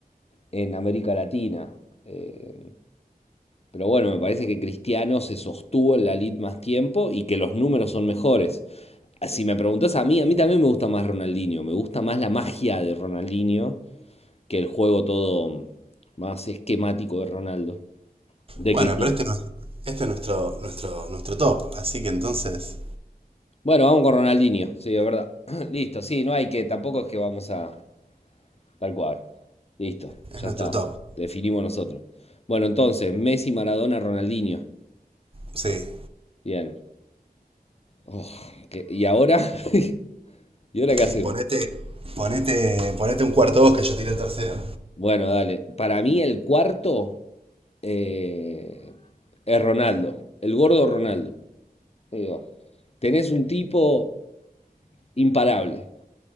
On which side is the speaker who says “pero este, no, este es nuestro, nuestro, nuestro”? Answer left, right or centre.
Right